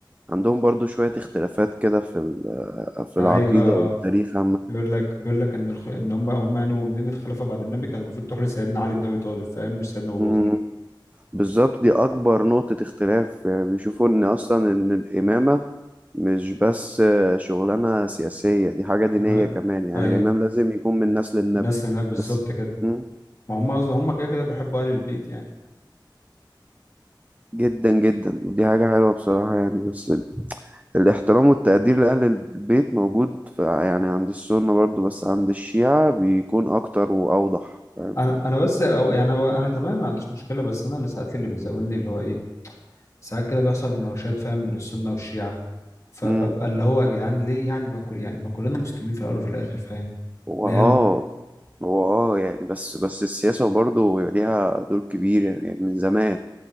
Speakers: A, on the right (about 20°); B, on the left (about 35°).
A: عندهم برضو شوية اختلافات كده في ال- في
B: ايوه
A: العقيدة والتاريخ
B: بيقول لك بيقول لك ان الخ... ان هم هم يعني مؤمنين الخلافة بعد النبي كان المفروض تروح لسيدنا علي بن ابي طالب فاهم مش سيدنا ابو
A: عامة
B: بكر
A: بالظبط دي أكبر نقطة اختلاف يعني بيشوفوا إن أصلا إن الإمامة مش بس شغلانة سياسية دي حاجة دينية
B: آه.
A: كمان يعني
B: ايوه
A: الإمام لازم يكون من نسل النبي
B: الناس هنا بالظبط
A: بس
B: كده
A: مم.
B: ما هم أصلاً- هم كده كده بيحبوا آل البيت يعني
A: جدا جدا ودي حاجة حلوة بصراحة يعني بس ال- الاحترام والتقدير لأهل البيت موجود ف- يعني عند السنة برضو بس عند الشيعة بيكون أكتر وأوضح فاهم
B: انا انا بس أو يعني انا أنا تمام ما عنديش مشكله بس انا اللي ساعات اللي بيزاولني اللي هو ايه ساعات كده بيحصل مناوشات فاهم بين السنة والشيعة فببقى
A: مم.
B: اللي هو يا جدعان ليه يعني ما كل يعني ما كلنا مسلمين في الأول وفي الآخر فاهم
A: هو
B: اللي
A: اه
B: هي م-
A: هو اه يعني بس بس السياسة برضه ليها دور كبير يعني من زمان